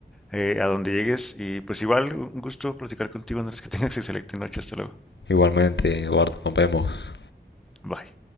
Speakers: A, in the centre; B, on the left (about 80°).
A: eh, a donde llegues. Y pues igual, un gusto platicar contigo, Andrés, que tengas excelente noche. Hasta luego.
B: Igualmente, Eduardo, nos vemos.
A: Bye.